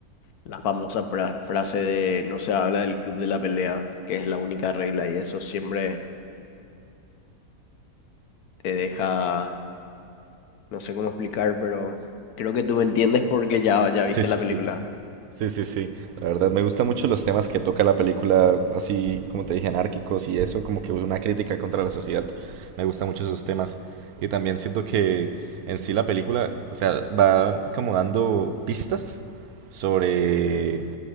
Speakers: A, on the left; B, on the right.
A: la famosa pra- frase de no se habla del club de la pelea, que es la única regla y eso siempre te deja, no sé cómo explicar, pero creo que tú me entiendes porque ya, ya viste
B: Sí, sí,
A: la película.
B: sí. Sí, sí, sí. La verdad, me gustan mucho los temas que toca la película, así como te dije, anárquicos y eso, como que una crítica contra la sociedad. Me gustan mucho esos temas. Y también siento que en sí la película, o sea, va como dando pistas sobre,